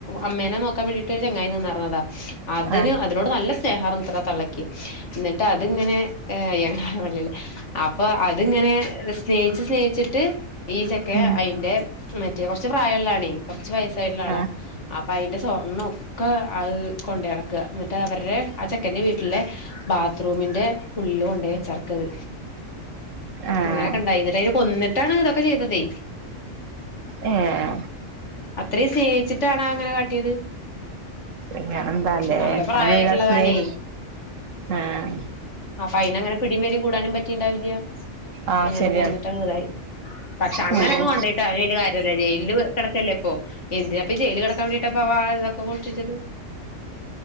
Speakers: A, on the left; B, on the right.
A: അമ്മേനെ നോക്കാൻ വേണ്ടിയിട്ട് ചങ്ങായിതി നിന്നറഞ്ഞതാ അതിന്
B: ആഹ്
A: അതിനോട് നല്ല സ്നേഹാര്ന്ന്ത്ര തള്ളക്ക് എന്നിട്ട് അതിങ്ങനെ അയ്യ അപ്പൊ അത് അത്ങ്ങന സ്നേ സ്നേഹിച്ചിട്ട് ഈ ചെക്ക
B: ഉം
A: ആയിട്ട് മറ്റേ കുറച്ച് പ്രായമള്ളണേ ച്ച്‌ വയസായിട്ടുള്ള ആളാ
B: ആഹ്
A: അപ്പ അയിന്റെ സ്വർണം ഒക്കെ അത് കൊണ്ടടക്കുക എന്നിട്ട് അവരുടെ ആ ചെക്കന്റെ വീട്ടിലെ ബാത്റൂമിന്റെ ഉള്ളില് കൊണ്ട് വെച്ചർക്കത്
B: ആഹ്
A: അങ്ങനെ കണ്ടായിന്നിട്ട് അയിനെ കൊന്നി <unintelligible> പ്പ ചെയ്തതെ
B: ആഹ
A: ഇത്രയും സ്നേഹിച്ചിട്ടാണ് അങ്ങനെ കാട്ടിയത്
B: അങ്ങനെന്താല്ലേ
A: നല്ല പ്രായമായിട്ടുള്ളതാണ
B: അങ്ങനെയൊരു സ്നേഹ ആഹ്
A: അപ്പൊ അയിന്ങ്ങനെ പിട വരും കൂടാനും പറ്റിണ്ടാവില്ല
B: ആഹ്
A: അോട്
B: ശരിയാണ്
A: കൂന്നിട്ട് അങ്ങുതായി പക്ഷെ അങ്ങനെ
B: ഉം
A: ഒക്കെ കൊണ്ടോയിട്ട് അ ഒരു കാര്യമല്ല ജയിലില് കിടക്കല്ലേ പോ <unintelligible> എന്തിനപ്പൊ ജയില് കിടക്കാൻ വേണ്ടിട്ടപ്പവാ ഇതൊക്കെ മോഷ്ട്ടിച്ചത്